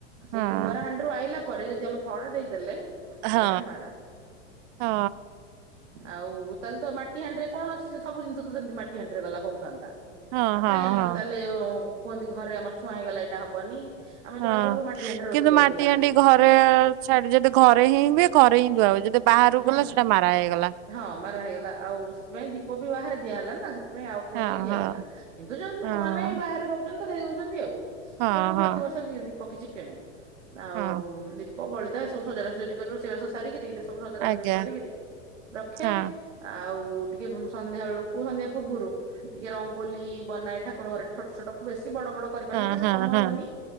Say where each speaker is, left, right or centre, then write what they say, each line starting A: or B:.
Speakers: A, on the right; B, on the right.
A: ହଁ
B: ସେ କୁମ୍ଭାରାହାଣ୍ଡି ରୁ ଆଇଲା ପରେ ଯଦି ଆମେ ଥରେ ଦେଇଦେଲେ
A: ହଁ
B: ହେଟା ମାରା।
A: ହଁ
B: ଆଉ ତାହେଲେ ତ ମାଟି ହାଣ୍ଡିରେ କଣ ଅ ସବୁ ଜିନିଷ ତ ସେମତି ମାଟି ହାଣ୍ଡିରେ ଗଲା ହୋଉଥାନ୍ତା।
A: ହଁ
B: ଆଉ
A: ହଁ
B: କାଇଁ ଆମର
A: ହଁ
B: ତାହେଲେ କୁହନ୍ତି ଘରେ ଆମର ଛୁଆଁ ହେଇଗଲା ଏଇଟା ହବନି। ଆମ
A: ହଁ।
B: ଯୋଉ ଆଗରୁ ଯଉ ମାଟି ହଣ୍ଡି ରଷେଇ
A: କିନ୍ତୁ
B: ହଉଥିଲା।
A: ମାଟି ହାଣ୍ଡି ଘରେ ଛାଡି ଯଦି ଘରେ ହିଁ ହୁଏ ଘରେ ହିଁ ଧୁଆ ହ ଯଦି ବାହାରକୁ
B: ହୁଁ
A: ଗଲା ସେଇଟା ମାରା ହେଇଗଲା।
B: ହଁ ମାରା ହେଇଗଲା। ଆଉ ସେଥିପାଇଁ ଦୀପ ବି ବାହାରେ ଦିଆ ହେଲା ନା ସେ ସେଥିପାଇଁ ଆଉ କୁହନ୍ତି
A: ହଁ
B: ଦିଆହୁଏନା।
A: ହଁ
B: କିନ୍ତୁ ଯଦି ଲୋକମାନୋନ
A: ହଁ।
B: ବାହାରେ ଦଉଛନ୍ତି ତ ଦେଇ ଦଉଛନ୍ତି ଆଉ।
A: ହଁ
B: ତେଣୁ ମୁଁ
A: ହଁ
B: ପ୍ରତିବର୍ଷ ଦି ଦୀପ କିଛି କିଣେ। ଆଉ
A: ହଁ
B: ଦୀ ପ ବଳିତା ଏ ସବୁ ସଜଡା ସଜଜି କରି ରୋଷେଇବାସ ସାରିକିରି ଏସବୁ ସଜଡା
A: ଆଜ୍ଞା
B: ସଜଡି କରିକିରି ରଖେ।
A: ହଁ
B: ଆଉ ଟିକେ ସନ୍ଧ୍ୟା ବେଳକୁ ସନ୍ଧ୍ୟା ପୂର୍ବରୁ ଟିକେ ରଙ୍ଗୋଲି ବନାଏ ଠାକୁ କୁର ଘରେ ଛୋଟ ଛୋଟ ବେଶୀ ବଡ ବଡ କରିିପାରେନି
A: ହଁ
B: କାରଣ
A: ହଁ
B: ସମୟ
A: ହଁ
B: ହୁଏନି।